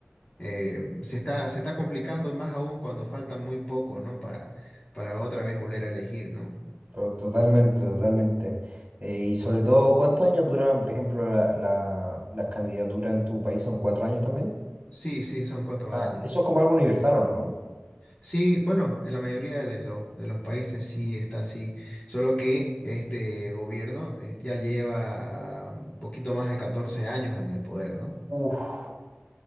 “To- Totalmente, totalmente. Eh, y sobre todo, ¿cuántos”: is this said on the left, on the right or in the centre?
Right